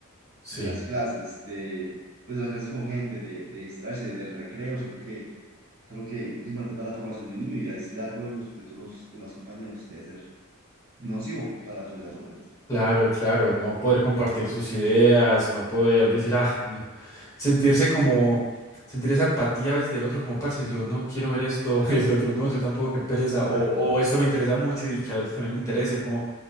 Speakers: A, on the left (about 15°); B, on the right (about 70°).
A: sí.
B: de las clases, de, pues, de las clases con gente, de, de distraerse, del recreo, siento que es algo que es importante para la formación de un niño y aislarlo de, los, de todos los demás compañeros debe ser nocivo para su desarrollo.
A: Claro, claro, no poder compartir sus ideas, no poder decir, ah, no. sentirse como, sentir esa empatía a veces del otro como, parce, yo no quiero ver esto, <laughs> el otro no, yo tampoco, qué pereza,
B: Claro,
A: o, o esto me interesa mucho y que al otro también le interese, como